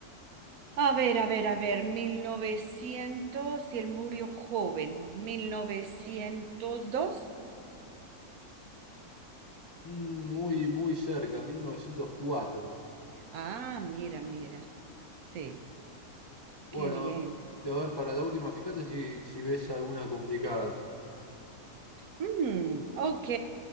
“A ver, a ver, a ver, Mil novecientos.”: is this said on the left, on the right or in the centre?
Right